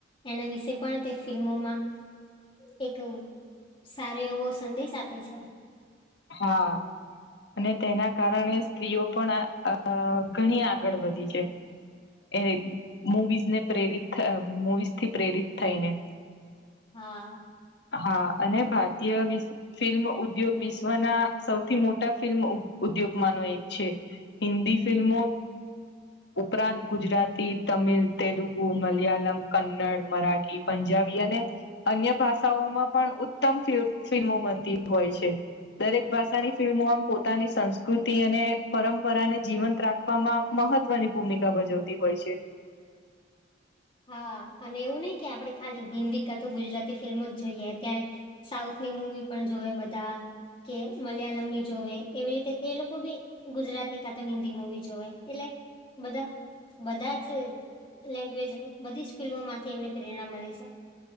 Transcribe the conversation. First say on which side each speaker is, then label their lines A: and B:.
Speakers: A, on the left; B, on the left.
A: એના વિશે પણ તે ફિલ્મોમાં એક સારો એવો સંદેશ આપે છે.
B: હા અને તેના કારણે સ્ત્રીઓ પણ ઘણી આગળ વધી છે. <inaudible> એવી મુવીઝને પ્રેરિત થ મુવીઝથી પ્રેરિત થઈને
A: હા
B: હા અને ભારતીય વિશ ફિલ્મઉદ્યોગ વિશ... શ્વના સૌથી મોટા ફિલ્મઉદ્યોગમાંનો એક છે હિન્દી ફિલ્મો ઉપરાંત ગુજરાતી, તમિલ, તેલુગુ, મલયાલમ, કન્નડ, મરાઠી, પંજાબી અને અન્ય ભાષાઓમાં પણ ઉત્તમ ફિલ્મો બનતી હોય છે. દરેક ભાષાની ફિલ્મો આમ પોતાની સંસ્કૃતિ અને પરંપરાને જીવંત રાખ્... વામાં મહત્વની ભૂમિકા ભજવતી હોય છે.
A: હા અને એવું નઈ કે આપણે ખાલી હિન્દી કાં તો ગુજરાતી ફિલ્મો જ જોઈએ ક્યારે સાઉથની મુવી પણ જોવે બધા કે મલયાલમની જોવે એવી રીતે એ લોકો બી ગુજરાતી કા તો હિન્દી મુવી જોવે એટલે બધા બધા જ લેંગ્વેજ બધી જ ફિલ્મો માંથી એમને પ્રેરણા મળે છે.